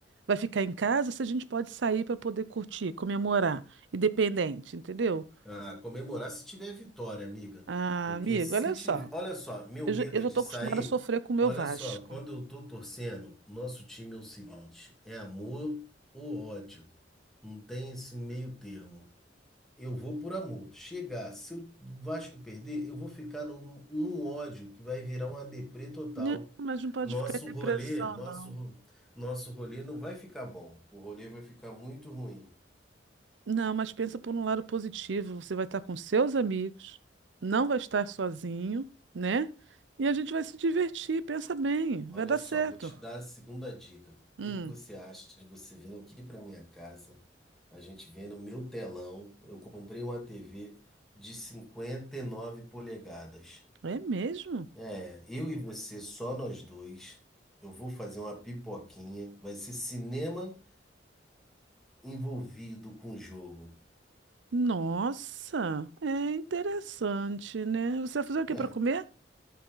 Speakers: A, on the right; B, in the centre.
A: vai ficar em casa, se a gente pode sair para poder curtir, comemorar, independente, entendeu?
B: Ah, comemorar se tiver vitória, amiga.
A: Ah,
B: Porque
A: amigo,
B: se
A: olha
B: tiver.
A: só.
B: Olha só, meu
A: Eu
B: medo
A: já, eu
B: é
A: já
B: de
A: estou
B: sair.
A: acostumada a sofrer com o meu
B: Olha
A: Vasco.
B: só, quando eu tô torcendo, nosso time é o seguinte: é amor ou ódio. Não tem esse meio termo. Eu vou por amor. Chegar, se o Vasco perder, eu vou ficar num, num ódio que vai virar uma deprê total.
A: Não, mas não pode
B: Nosso
A: ficar em
B: rolê,
A: depressão,
B: nosso,
A: não.
B: nosso rolê não vai ficar bom. O rolê vai ficar muito ruim.
A: Não, mas pensa por um lado positivo. Você vai estar com seus amigos, não vai estar sozinho, né? E a gente vai se divertir. Pensa bem,
B: Olha
A: vai dar
B: só,
A: certo.
B: vou te dar a segunda dica. O
A: Hum,
B: que que você acha de você vir aqui para minha casa? A gente vê no meu telão. Eu comprei uma TV de 59 polegadas.
A: é mesmo?
B: É, eu e você, só nós dois. Eu vou fazer uma pipoquinha. Vai ser cinema envolvido com o jogo,
A: Nossa, é interessante, né? Você vai fazer o quê
B: né?
A: para comer?